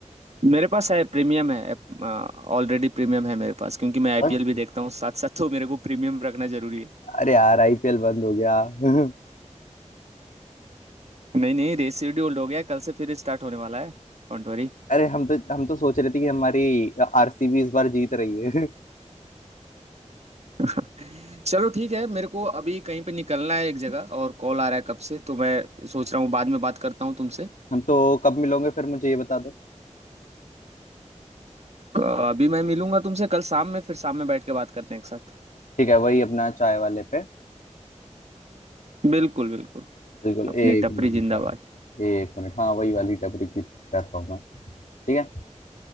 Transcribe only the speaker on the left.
बस
अरे यार आईपीएल बंद हो गया <laughs>
अरे हम तो हम तो सोच रहे थे कि हमारी आरसीबी इस बार जीत रही है <laughs>
हम तो कब मिलोगे फिर मुझे ये बता दो
ठीक है वही अपना चाय वाले पे
बिल्कुल
एक
मिनट
बस एक मिनट हाँ वही वाली टपरी की कर रहा हूँ मैं ठीक है